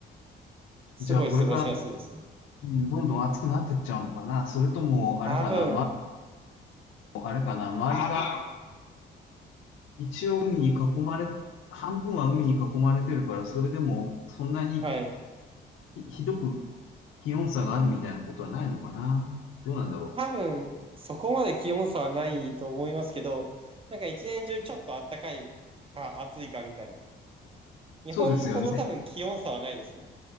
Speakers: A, on the right; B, on the left.
A: すごい過ごしやすいですね。
B: じゃあこれから、うんどんどん暑くなってっちゃうのかな。それとも、あれかな、
A: 多分、
B: ま、あれかな、周りがああ、一応海に囲まれ、半分は海に囲まれてるから、それでもそんなに
A: はい。
B: ひ、ひどく気温差があるみたいなことはないのかな。どうなんだろう。
A: 多分、そこまで気温差はないと思いますけど、なんか一年中ちょっと暖かいか暑いかみたいな。日本ほど多分気温差はないですね。
B: そうですよね。